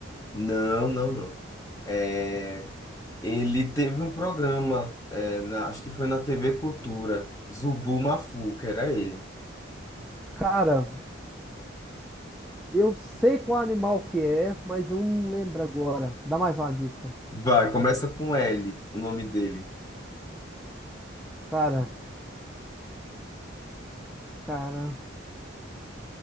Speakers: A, on the left (about 15°); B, in the centre.
A: Não, não, não. É, ele teve um programa, é, na- acho que foi na TV Cultura. Zubu Mafu, que era ele.
B: Cara, eu sei qual animal que é, mas eu não lembro agora. Dá mais uma dica.
A: Vai, começa com L, o nome dele.
B: Cara. Cara,